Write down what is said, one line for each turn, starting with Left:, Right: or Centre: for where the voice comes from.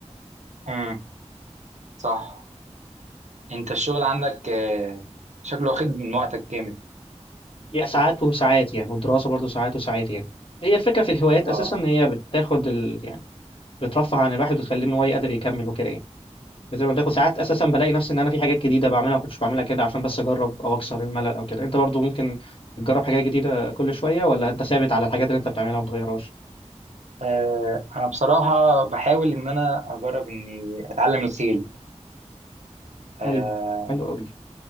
Right: امم صح انت الشغل عندك آه، شكله واخد من وقتك جامد
Left: هي ساعات وساعات يعني والدراسه برضو ساعات وساعات يعني هي الفكره في الهوايات
Right: اه
Left: اساسا ان هي بتاخد ال... بترفه عن الواحد وتخليه ان هو يقدر يكمل وكده يعني بس زي ما قلت لكم ساعات اساسا بلاقي نفسي ان انا في حاجات جديده بعملها ما كنتش بعملها كده عشان بس اجرب او اكسر الملل او كده انت برضو ممكن تجرب حاجات جديده كل شويه ولا انت ثابت على الحاجات اللي انت بتعملها وما بتغيرهاش
Right: آه، انا بصراحه بحاول ان انا اجرب اني اتعلم الخيل آه،
Left: حلو حلو قوي